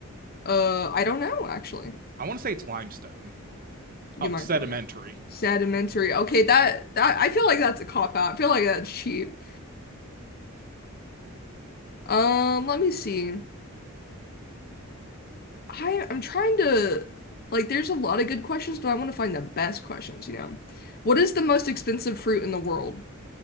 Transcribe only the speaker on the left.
uh, I don't know actually.
You
might
be right. Sedimentary. Okay, that that I feel like that's a cop out. I feel like that's cheap. Um, let me see. I I'm trying to like there's a lot of good questions, but I want to find the best questions, you know. What is the most expensive fruit in the world?